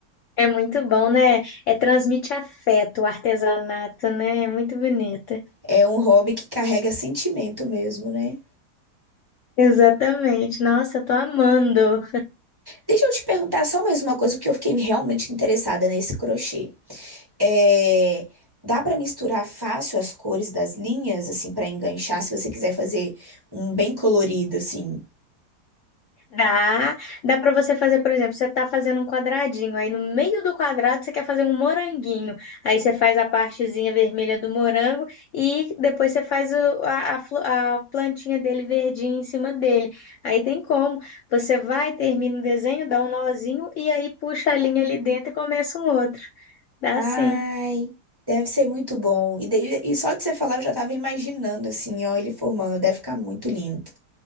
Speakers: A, on the left (about 65°); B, on the right (about 15°).
A: É muito bom, né? É transmite afeto, o artesanato, né? É muito bonito.
B: É um hobby que carrega sentimento mesmo, né?
A: Exatamente. Nossa, eu tô amando.
B: Deixa eu te perguntar só mais uma coisa, porque eu fiquei realmente interessada nesse crochê. É, dá para misturar fácil as cores das linhas, assim, para enganchar, se você quiser fazer um bem colorido, assim.
A: Dá, dá para você fazer, por exemplo, você tá fazendo um quadradinho, aí no meio do quadrado você quer fazer um moranguinho. Aí você faz a partezinha vermelha do morango e depois você faz o- a, a flo- a plantinha dele verdinha em cima dele. Aí tem como. Você vai, termina o desenho, dá um nozinho e aí puxa a linha ali dentro e começa um outro. Dá
B: Ai,
A: sim.
B: deve ser muito bom. E, de- e só de você falar, eu já tava imaginando, assim, ó, ele formando. Deve ficar muito lindo.